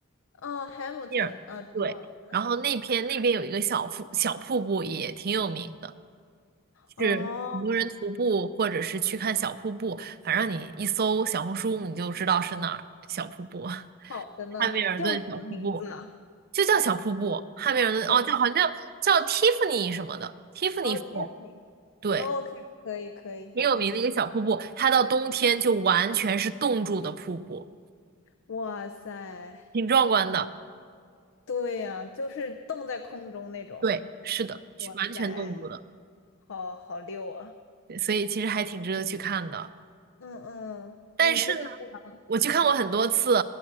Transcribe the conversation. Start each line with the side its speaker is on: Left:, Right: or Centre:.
Left: 哦，Hamilton
Right: 密尔，
Left: 啊，知道。
Right: 对，然后那边那边有一个小瀑小瀑布也挺有名的，
Left: 哦，
Right: 是很多人徒步或者是去看小瀑布，反正你一搜小红书你就知道是哪儿小瀑布，<laughs>
Left: 好的呢，
Right: 汉密尔顿小瀑布
Left: 叫什么名字啊？
Right: 就叫小瀑布，汉密尔顿哦，
Left: 小七。
Right: 叫好像叫叫蒂芙尼什么的，蒂芙尼瀑，
Left: 哦杰 e f f
Right: 对，
Left: r o k 可以可以，
Right: 挺有名的一个小瀑布，
Left: 我回去搜一下
Right: 它到冬天就完全是冻住的瀑布，
Left: 哇塞，
Right: 挺壮观的。
Left: 对呀、就是冻在空中那种。
Right: 对，是的，去完全冻住的，
Left: 哇塞，好好溜啊！
Right: 对所以其实还挺值得去看的。
Left: 嗯嗯，
Right: 但是呢，
Left: 你去看过吗？
Right: 我去看过很多次，